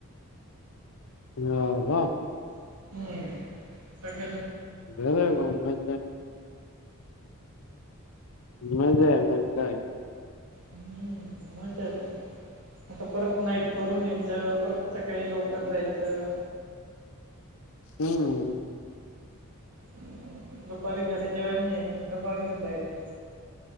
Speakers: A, on the left; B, on the right.
A: हा वा
B: हम्म
A: घर ग म मजा आहे मज कााय
B: हम्म माहतच आहे आता परत नाईट करून या परत स काळी लवकर द्यायचं
A: हम्म
B: हम् दुपारी घरी जेवायला नाहीयचं दबा घेऊन जायचं